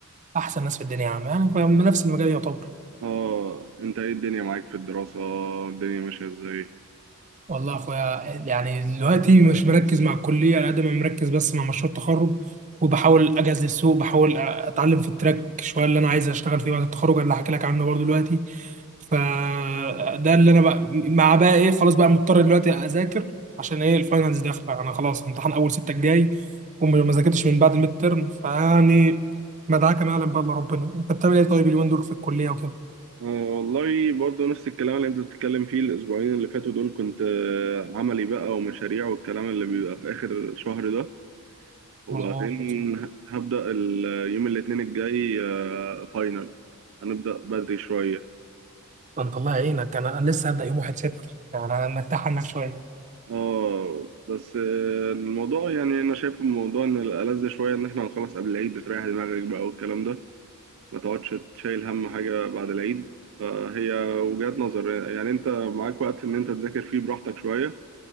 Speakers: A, on the right; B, on the right.
A: احسن ناس في الدنيا يا عم يعني فاهم، نفس المجال يعتبر
B: اه انت ايه الدنيا معاك في الدراسة الدنيا ماشية ازاي
A: والله يا اخويا يعني دلوقتي مش مركز مع الكليه على قد ما مركز بس مع مشروع التخرج وبحاول اجهز للسوق بحاول اتعلم في التراك شويه اللي انا عايز اشتغل فيه بعد التخرج اللي هحكي لك عنه برضه دلوقتي فده اللي انا بقى مع بقى ايه خلاص بقى مضطر دلوقتي اذاكر عشان ايه الفاينلز داخله انا خلاص امتحان اول ستة الجاي وما ذاكرتش من بعد الميد ترم فيعني مدعكه ما يعلم بقى الا ربنا انت بتعمل ايه طيب اليومين دول في الكليه وكده
B: آه، والله برضه نفس الكلام اللي انت بتتكلم فيه الاسبوعين اللي فاتوا دول كنت آه، عملي بقى ومشاريع والكلام اللي بيبقى في اخر شهر ده وبعدين
A: مظبوط
B: هبدأ ال- آه، يوم الاثنين الجاي آه، فاينل هنبدأ بدري شوية
A: انت الله يعينك انا انا لسه هبدا يوم 1 6 يعني انا مرتاح عنك شويه
B: اه بس آه، الموضوع يعني انا شايف الموضوع ان الألذ شوية ان احنا هنخلص قبل العيد بتريح دماغك بقى والكلام ده ما تقعدش تشيل هم حاجة بعد العيد فهي وجهات نظر يعني انت معاك وقت ان انت تذاكر فيه براحتك شوية